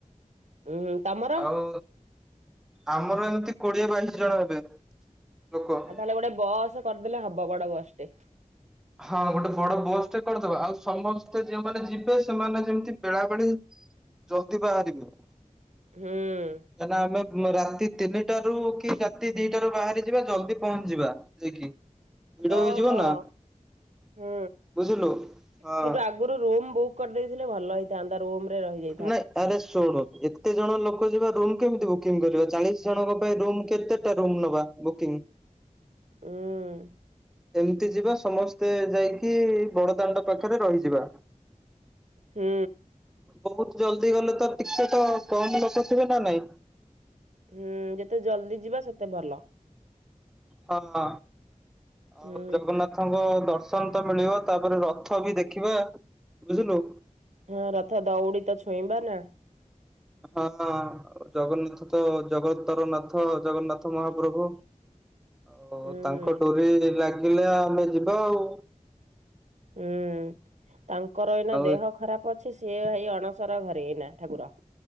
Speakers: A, on the right; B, in the centre.
A: ଉଁ ହୁଁ ତମ
B: ଆଉ ଆମର ଏମିତି କୋଡିଏ ବାଇଶି ଜଣ ହେବେ। ଲୋକ
A: ଆଉ ତାହେଲେ ଗୋଟେ ବସ କରିଦେଲେ ହବ ବଡ ବସ ଟେ।
B: ହଁ ଗୋଟେ ବଡ ବସ୍ ଟେ କରିଦବା ଆଉ ସମସ୍ତେ ଯୋଉମାନେ ଯିବେ ସେମାନେ ଯେମିତି ବେଳାବେଳି ଜଲ୍ଦି ବାହାରିବେ।
A: ହୁଁ।
B: ହେଲା ଆମେ ଉଁ ରାତି ତିନି ଟା ରୁ କି ଚା ରାତି ଦିଟାରୁ ବାହାରି ଯିବା ଜଲଦି ପହଞ୍ଚି ଯିବା ଯାଇକି ଭିଡ
A: ହଁ
B: ହେଇଯିବ
A: ହଁ
B: ନା।
A: ହୁଁ।
B: ବୁଝିଲୁ ହଁ।
A: ସେଠୁ ଆଗରୁ ରୁମ ବୁକ୍ କରିଦେଇଥିଲେ ଭଲ ହେଇ ଥାନ୍ତା ରୁମ ରେ ରହିଜା
B: ନାଇଁ ଆରେ ଶୁଣୁ କେତେ ଜଣ ଲୋକ ଯିବା ରୁମ୍ କେମିତି ବୁକିଂ କରିବା ଚାଳିଶ ଜଣଙ୍କ ପାଇଁ ରୁମ କେତେଟା ରୁମ୍ ନବା ବୁକିଂ।
A: ଉଁ ହୁଁ।
B: ଏମିତି ଯିବା ସମସ୍ତେ ଯାଇକି ବଡ ଦାଣ୍ଡ ପାଖରେ ରହିଯିବା।
A: ହୁଁ।
B: ବହୁତ ଜଲଦି ଗଲେ ତ ଟିକେ ତ କମ ଲୋକ ଥିବେ ନା ନାଇଁ?
A: ହୁଁ ଯେତେ ଜଲଦି ଯିବା ସେତେ ଭଲ।
B: ହଁ ଆଉ
A: ହୁଁ
B: ଜଗନ୍ନାଥ ଥଙ୍କ ଦର୍ଶନ ତ ମିଳିବ ତାପରେ ରଥ ବି ଦେଖିବା ବୁଝିଲୁ?
A: ହଁ ରଥ ଦଉଡି ତ ଛୁଇଁବା ନା?
B: ହଁ ଜଗନ୍ନାଥ ତ ଜଗତର ନାଥ ଜଗନ୍ନାଥ ମହାପ୍ରଭୁ। ଓ
A: ହୁଁ
B: ତାଙ୍କ ଡୋରି ଲାଗିଲା ଆମେ ଯିବା ଆଉ।
A: ହୁଁ ତାଙ୍କର ଏଇନା
B: ଆଉ
A: ଦେହ ଖରାପ ଅଛି। ସିଏ ଭାଇ ଅଣସର ଘରେ ଏଇନା ଠାକୁର।